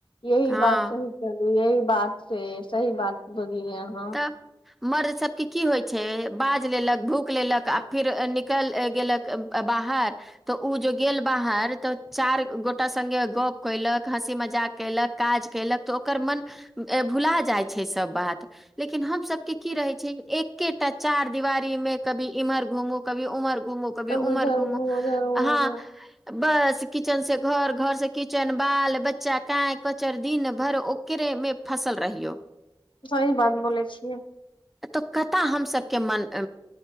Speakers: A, on the left; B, in the centre.
A: यही
B: हँ
A: बात सह चलू यही बात से सही बात बली यहा
B: तऽ मर्द सबके की होइ छै बाज लेलक भूख लेलक आ फिर निकल गेल बाह तऽ ओ जो गेल बाहर तऽ चार गोटा स गप्प कयलक हँसी मजाक कयल काज कयलक तऽ ओकर मन भुला जाइ छै सभ बा लेकिन हम सब के की रहे छै ए के तऽ चार दिवारी मे की इम्हर घूमू कभी उम्हर घूम कभी
A: तब
B: उमर
A: इधर
B: घुम
A: घूम उधर घूम
B: ह बस किचेन से घर घर से किचेन बाल बच्चा काँय कचर दिन भर ओकरे म फसल रहिय
A: सही बात बोलै छिय
B: तऽ कत हमसभके मन